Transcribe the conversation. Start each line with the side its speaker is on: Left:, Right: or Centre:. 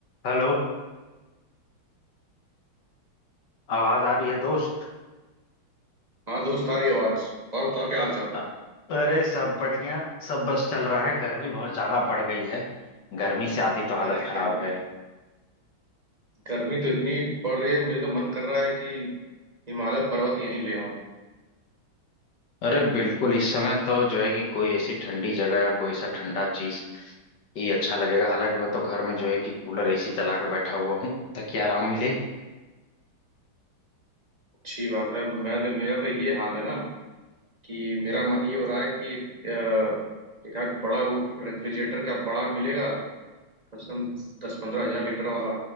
Left: Hello आवाज आ रही है दोस्त
Right: हाँ दोस्त आ रही आवाज और बताओ क्या हाल चाल
Left: अ- अरे सब बढ़िया सब बस चल रहा है गर्मी बहुत ज्यादा बढ़ गई है गर्मी से आधी तो हालत
Right: यार ये
Left: खराब
Right: गर्मी
Left: है
Right: गर्मी तो इतनी पड़ रही है मुझे तो मन कर रहा है कि हिमालय पर्वत यहीं ले आऊं
Left: अरे बिल्कुल इस समय तो जो है कि कोई ऐसी ठंडी जगह या कोई ऐसा ठंडा चीज ही अच्छा लगेगा हालांकि मैं तो घर में जो है कि कूलर एसी चला के बैठा हुआ हूँ ताकि आराम मिले
Right: अच्छी बात है मैं तो मेरा तो ये हाल है ना कि मेरा मन ये हो रहा है कि अ, एक आध बड़ा वो रेफ्रिजरेटर क्या बड़ा मिलेगा कम से कम दस पंद्रह हजार लीटर वाला